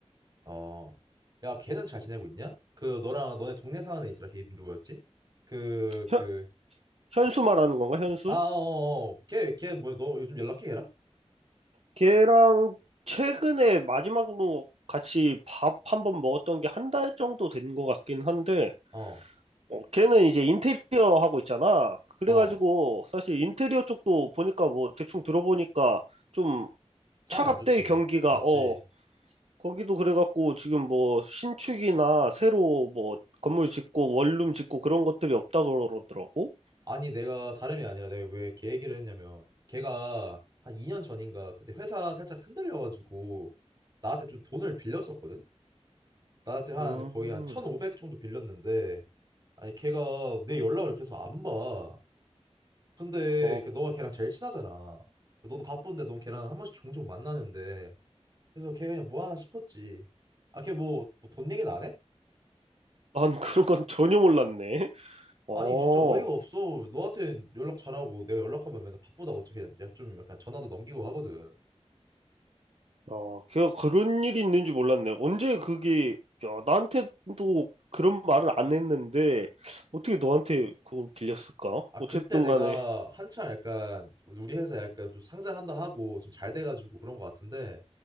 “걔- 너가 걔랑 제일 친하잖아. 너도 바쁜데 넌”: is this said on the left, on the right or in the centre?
Right